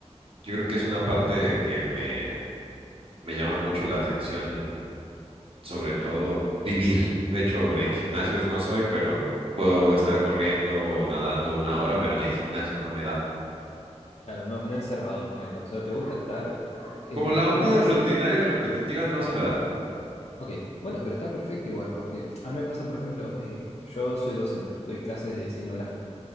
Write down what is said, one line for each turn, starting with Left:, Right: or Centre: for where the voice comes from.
Right: yo creo que es una parte que me, me llama mucho la atención, sobre todo vivir. De hecho, de- en gimnasios no soy, pero puedo estar corriendo o nadando una hora, pero en el gimnasio no me da.
Left: Claro, no, no encerrado, ponele. O sea, te gusta estar. el-
Right: Como la onda
Left: no
Right: de
Left: sé
Right: rutinaria
Left: si es.
Right: repetitiva no se me da.
Left: Ok, bueno, pero está perfecto igual, porque a mí me pasa, por ejemplo, eh, yo soy docente, doy clases de diseño gráfico.